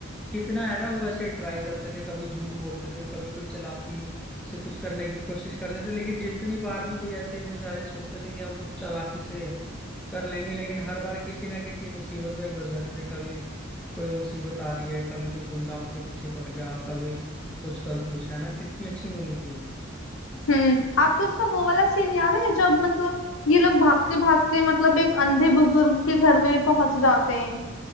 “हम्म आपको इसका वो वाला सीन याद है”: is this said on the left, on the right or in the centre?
Left